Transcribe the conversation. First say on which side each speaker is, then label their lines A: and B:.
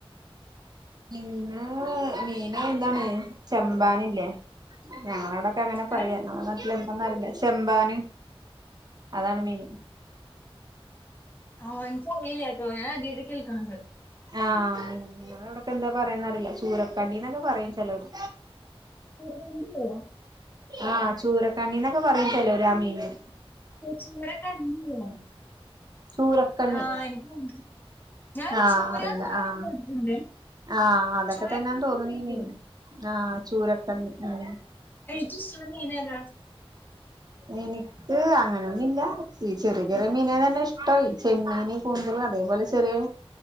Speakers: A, on the right; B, on the left.
A: ഇന്ന് മീന് എന്താണ് ചെമ്പാനില്ലേ ഞങ്ങളവിട. അങ്ങനെ പറയാ
B: ഏ?
A: നമ്മുടെ നാട്ടിൽ എന്താന്ന് അറിയില്ല. ചെമ്പാന് അതാണ് മീൻ.
B: ആഹ് എനിക്കറിയില്യാട്ടോ ഞാൻ ആദ്യായിട്ടാ കേൾക്കണത്
A: ആഹ് നിങ്ങളവിടൊക്കെ എന്താ പറയാന്ന അറിയില്ല ചൂരക്കണ്ണിന്നൊക്കെ പറയും ചലോര്
B: ചൂരകണ്ടിയോ?
A: ആഹ് ചൂരക്കണ്ണിന്നൊക്കെ പറയും ചിലൊരാ മീനിന്
B: ചൂരക്കണ്ണിയില്ലേ
A: ചൂരക്കണ്ണി
B: ആഹ് എനിക്ക് ഞാനൊരു
A: ആഹ്
B: ചൂരാന്ന്
A: അറിയില്ല
B: പറയണ
A: ആഹ്
B: മീൻ കേട്ടിട്ടുണ്ട്
A: ആഹ് അതൊക്കെ
B: ചൂരക്കണ്ണി
A: തന്നെയാന്ന് തോന്നണീ
B: കേട്ടിട്ടില്ല.
A: മീൻ ആഹ് ചൂരക്കണ്ണി മ്
B: ഏറ്റോം ഇഷ്ടോള്ള മീനേതാ
A: എനി ക്ക് അങ്ങനെയൊന്നുല്ല ഈ ചെറിയ ചെറിയ മീനെ തന്നെ ഇഷ്ടം, ഈ ചെമ്മീന് കൂന്തള് അതേപോലെ ചെറിയെ